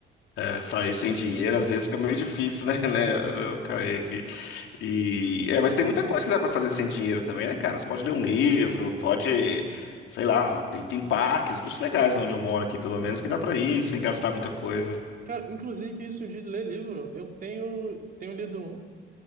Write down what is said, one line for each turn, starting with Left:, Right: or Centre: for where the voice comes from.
Left: É, sair sem dinheiro às vezes fica meio difícil, né? <laughs> Né?
Right: Sim.
Left: Eu caí aqui. E, é, mas tem muita coisa que dá pra fazer sem dinheiro também, né, cara? Você pode ler um livro, pode, sei lá, tem, tem parques muito legais onde eu moro aqui, pelo menos,
Right: Uhum.
Left: que dá pra ir sem gastar muita coisa.
Right: Cara, inclusive isso de ler livro, eu tenho, tenho lido um.